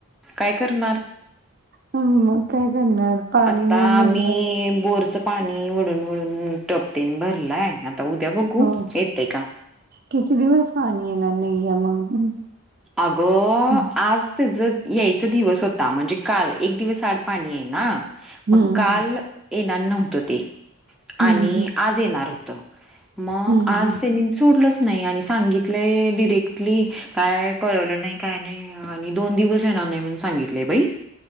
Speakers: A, in the centre; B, on the right.
A: काय करणार?
B: ह <inaudible> मग काय करणार पाणी
A: आता
B: नाही म्हटल्यावर.
A: मी बोरचं पाणी वडून वडून टपतेन भरलाय आता उद्या बघू
B: हो
A: येतय का?
B: किती दिवस पाणी येनार नाहीये मग.
A: अग
B: हम्म
A: आज त्याचा यायचा दिवस होता म्हणजे काल एक दिवस सांड पाणी आहे ना
B: हम्म
A: मग काल येणार नव्हत ते. आणि
B: हम्म
A: आज येणार होत मग
B: हम्म
A: आज
B: हम्म
A: त्यांनी सोडलच नाही आणि सांगितलय डिरेक्टली काय? कळवल नाही काय नाही आणि दोन दिवस येणार नाही म्हणून सांगितलय बाई.